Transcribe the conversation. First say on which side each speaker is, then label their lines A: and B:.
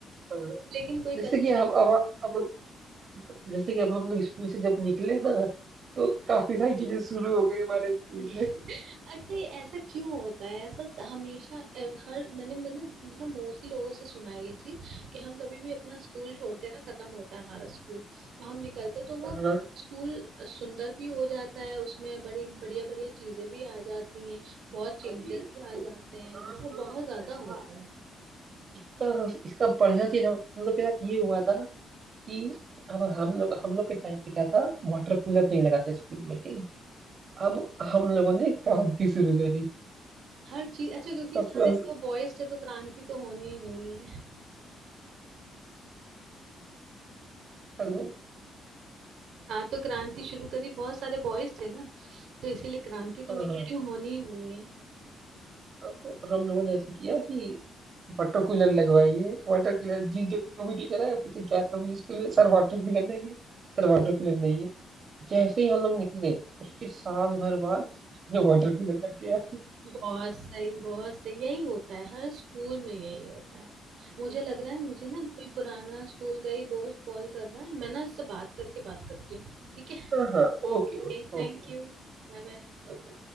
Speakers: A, on the right; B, on the right.
A: हाँ,
B: लेकिन कोई
A: जैसे
B: कल्चरल
A: कि हम अब अब जैसे कि अब हम लोग स्कूल से जब निकले ना तो काफी सारी चीजें शुरू हो गई हमारे स्कूल
B: <laughs>
A: में
B: अच्छा ये ऐसा क्यों होता है ऐसा हमेशा अ, हर मैंने मैंने मतलब मोस्टली लोगों से सुना है ये चीज कि हम कभी भी अपना स्कूल छोड़ते हैं ना खत्म होता है हमारा स्कूल तो हम निकलते तो वो
A: हाँ
B: स्कूल सुंदर भी हो जाता है उसमें बड़ी बढ़िया बढ़िया चीजें भी आ जाती हैं बहुत चेंजेस
A: अरे
B: भी आ
A: तो
B: जाते हैं
A: हाँ
B: ऐसा
A: हाँ
B: बहुत ज्यादा
A: ऐसा
B: होता है
A: इसका इसका बढ़िया चीज हम हम लोग के साथ ये हुआ था कि अब हम लोग हम लोग के टाइम पे क्या था वाटर कूलर नहीं लगा था स्कूल में ठीक है अब हम लोगों ने क्रांति शुरू करी
B: हर चीज अच्छा क्योंकि
A: सबसे
B: सारे तो बॉयज थे तो क्रांति तो होनी ही होनी है
A: हेलो
B: हाँ तो क्रांति शुरू करी बहुत सारे बॉयज थे ना तो इसीलिए क्रांति तो
A: हाँ
B: मैं कह रही हूँ होनी ही होनी है
A: तो हम लोगों ने ऐसे किया कि वाटर कूलर लगवाइए वाटर कूलर जी जो जो भी टीचर आए पूछे क्या कभी इसके लिए सर वाटर कूलर नहीं है सर वाटर कूलर नहीं है जैसे ही हम लोग निकले उसके साल भर बाद वाटर कूलर लग गया
B: बहुत सही बहुत सही यही होता है हर स्कूल में यही होता है मुझे लग रहा है मुझे ना कोई पुराना स्कूल का ही दोस्त कॉल कर रहा है मैं ना उससे बात करके बात करती हूँ ठीक
A: हाँ हाँ Okay okay
B: है Thank
A: okay
B: you
A: okay
B: Bye bye
A: okay.